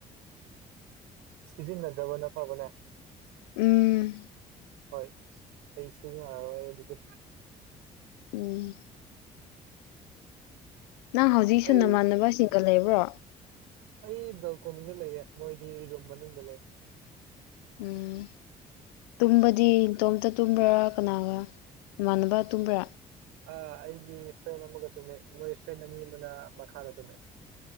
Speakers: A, on the right; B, on the left.
A: ꯁꯤꯖꯤꯟꯅꯗꯕꯅ ꯐꯥꯕꯅꯦ
B: ꯎꯝ
A: ꯍꯣꯏ ꯑꯩ ꯁꯤꯟꯅꯔꯔꯣꯏ ꯑꯗꯨꯗꯤ
B: ꯎꯝ ꯅꯪ ꯍꯧꯖꯤꯛꯁꯨ
A: ꯑꯩ
B: ꯅꯃꯥꯟꯅꯕꯁꯤꯡꯒ ꯂꯩꯕ꯭ꯔꯣ
A: ꯑꯩ ꯕꯦꯜꯀꯣꯅꯤꯗ ꯂꯩꯌꯦ ꯃꯣꯏꯗꯤ ꯔꯨꯝ ꯃꯅꯨꯡꯗ ꯂꯩ
B: ꯎꯝ ꯇꯨꯝꯕꯗꯤ ꯇꯣꯝꯇ ꯇꯨꯝꯕ꯭ꯔꯥ ꯀꯅꯥꯒ ꯏꯃꯥꯟꯅꯕ ꯇꯨꯝꯕ꯭ꯔꯥ
A: ꯑ ꯑꯩꯒꯤ ꯐ꯭ꯔꯦꯟ ꯑꯃꯒ ꯇꯨꯝꯃꯦ ꯃꯣꯏ ꯐ꯭ꯔꯦꯟ ꯑꯅꯤ ꯑꯃꯅ ꯃꯈꯥꯗ ꯇꯨꯝꯃꯦ